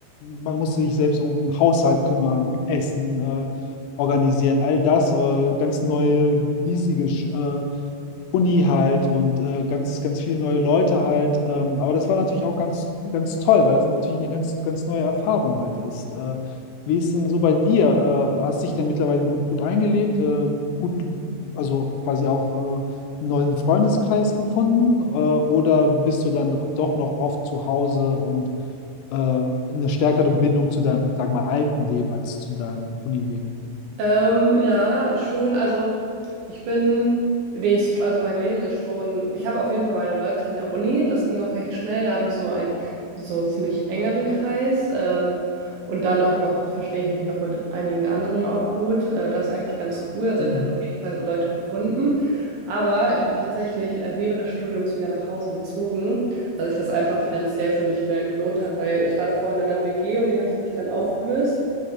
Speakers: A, on the left; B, on the right.
A: man musste sich selbst um Haushalt kümmern, um Essen äh, organisieren, all das, äh, ganz neue, riesige Sch- äh, Uni halt und äh, ganz, ganz viele neue Leute halt. Ähm, aber das war natürlich auch ganz, ganz toll, weil das natürlich eine ganz, ganz neue Erfahrung halt ist. Äh, wie ist denn so bei dir? Äh, hast dich denn mittlerweile gut, gut eingelebt? Äh, gut, also quasi auch äh, einen neuen Freundeskreis gefunden? Äh, oder bist du dann doch noch oft zu Hause und äh, eine stärkere Bindung zu deinem, sag mal, alten Leben als zu deinem Unileben?
B: Ähm, ja, schon. Also ich bin, nee, ich, also mein Leben ist schon, ich habe auf jeden Fall meine Leute in der Uni, das ging auch recht schnell, da habe ich so einen so ziemlich engeren Kreis. Ähm, und dann auch noch verstehe ich mich noch mit einigen anderen auch gut. Äh, das ist eigentlich ganz cool. Also
A: Mhm.
B: ich habe auf jeden Fall so Leute gefunden. Aber ich bin tatsächlich äh, während des Studiums wieder nach Hause gezogen, weil sich das einfach finanziell für mich mehr gelohnt hat, weil ich war davor in einer WG und die hatte sich dann aufgelöst.